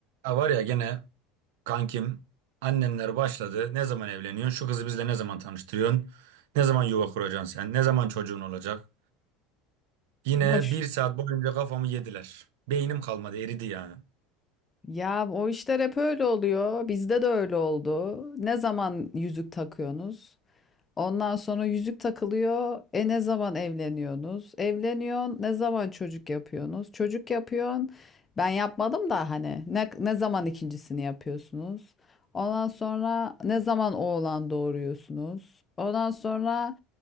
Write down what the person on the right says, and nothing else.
Ya var ya gene kankim annemler başladı. Ne zaman evleniyorsun? Şu kızı bizle ne zaman tanıştırıyorsun? Ne zaman yuva kuracaksın sen? Ne zaman çocuğun olacak? Yine
bir saat boyunca kafamı yediler. Beynim kalmadı eridi yani.